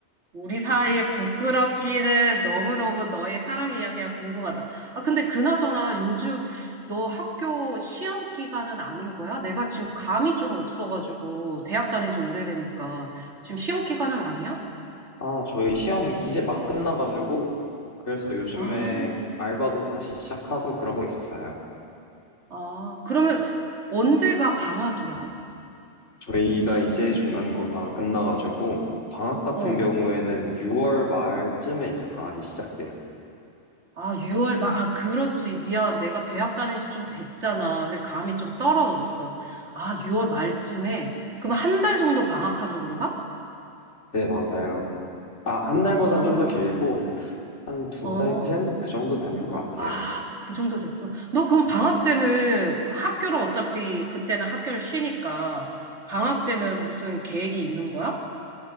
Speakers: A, on the right; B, on the left.
A: 우리 사이의 부끄럽기는 너무너무 너의 사랑 이야기가 궁금하다. 아, 근데 그나저나 요즘 너 학교 시험 기간은 아닌 거야? 내가 지금 감이 좀 없어가지고, 대학 다닌 지 오래되니까. 지금 시험 기간은 아니야?
B: 아 저희 시험 이제 막 끝나가지고 그래서 요즘에
A: 아.
B: 알바도 다시 시작하고 그러고 있어요.
A: 아, 그러면 언제가 방학이야?
B: 저희가 이제 중간고사 끝나가지고 방학 같은
A: 어.
B: 경우에는 6월 말쯤에 이제 방학이 시작돼요.
A: 아, 6월 말. 아, 그렇지. 미안. 내가 대학 다닌 지 좀 됐잖아. 그 감이 좀 떨어졌어. 아, 6월 말쯤에. 그럼 한 달 정도 방학하는 건가?
B: 네 맞아요. 아 한 달보단
A: 아,
B: 좀 더 길고. 한 두
A: 어.
B: 달쯤 그 정도 되는 것 같아요.
A: 아, 그 정도 됐고. 너 그럼 방학 때는 그 학교를 어차피 그때는 학교를 쉬니까 방학 때는 무슨 계획이 있는 거야?